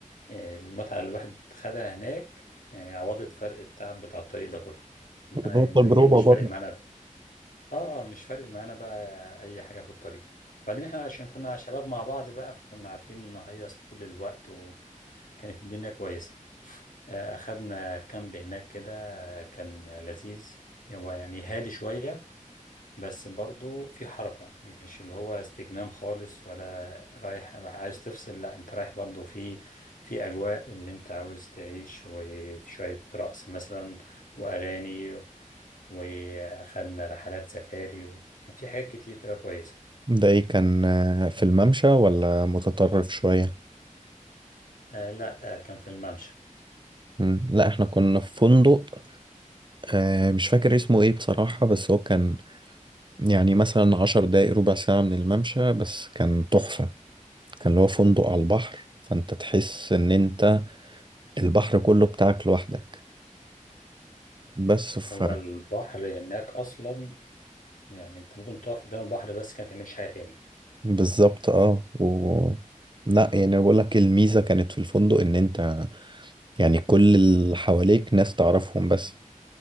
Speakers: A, on the left; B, on the right.
A: آه، المتعة اللي الواحد خدها هناك يعني عوضت فرق التعب بتاع الطريق ده كله آه،
B: هو
A: يعني
B: تجربة
A: راجعين مش
B: برضه
A: فارق معانا اه مش فارق معانا بقى أي حاجة في الطريق وبعدين احنا عشان كنا شباب مع بعض بقى فكنا عارفين نهيص طول الوقت وكانت الدنيا كويسة آه، أخدنا كامب هناك كده كان لذيذ هو يعني هادي شوية بس برضو في حركة مش اللي هو استجمام خالص ولا رايح عايز تفصل لا انت رايح برضو في في اجواء اللي انت عاوز تعيش وفي شوية رقص مثلا واغاني واخدنا رحلات سفاري وكان في حاجات كتير كده كويسة
B: ده ايه كان آه، في الممشى ولا متطرف شوية
A: آه لا آه كان في الممشى
B: مم. لا احنا كنا في فندق آه، مش فاكر اسمه ايه بصراحة بس هو كان يعني مثلا عشر دقايق ربع ساعة من الممشى بس كان تحفة كان اللي هو فندق على البحر فانت تحس ان انت البحر كله بتاعك لوحدك بس ف
A: هو البحر هناك اصلا يعني انت ممكن تقف قدام البحر بس كانت تعملش حاجة تاني
B: بالظبط اه و لا يعني انا بقول لك الميزه كانت في الفندق ان انت يعني كل اللي حواليك ناس تعرفهم بس